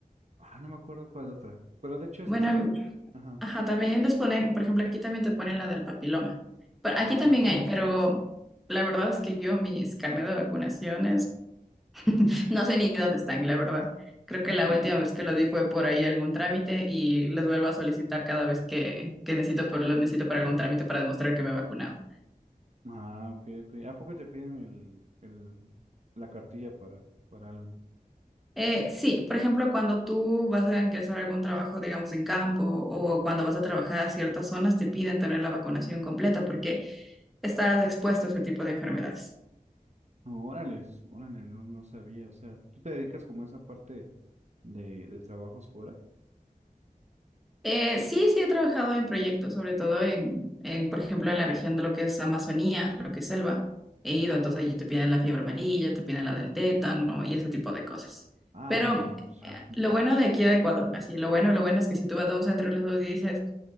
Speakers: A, on the right; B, in the centre.
A: Ah, no me acuerdo cuál otra. Pero de hecho está.
B: Bueno, em,
A: Ajá.
B: ajá, también les ponen, por ejemplo, aquí también te ponen la del papiloma. Pero
A: Ah,
B: aquí también
A: justo.
B: hay, pero la verdad es que yo mis carnet de vacunaciones <laughs> no sé ni dónde están, la verdad. Creo que
A: <laughs>
B: la última vez que lo di fue por ahí algún trámite y les vuelvo a solicitar cada vez que, que necesito, por, los necesito para algún trámite para demostrar que me he vacunado.
A: Ah, ok, ok. ¿A poco te piden el, el, la cartilla para, para algo?
B: Eh, sí, por ejemplo, cuando tú vas a ingresar a algún trabajo, digamos, en campo o cuando vas a trabajar a ciertas zonas, te piden tener la vacunación completa porque estás expuesto a ese tipo de enfermedades.
A: No, Órale, órale, no, no sabía. O sea, ¿tú te dedicas como a esa parte de, de trabajos fuera?
B: Eh, sí, sí he trabajado en proyectos, sobre todo en, en, por ejemplo, en la región de lo que es Amazonía, lo que es selva. He ido, entonces allí te piden la fiebre amarilla, te piden la del tétano y ese tipo de cosas.
A: Ah,
B: Pero
A: no, pues sí.
B: eh, lo bueno de aquí de Ecuador, así, lo bueno, lo bueno es que si tú vas a un centro de salud y dices,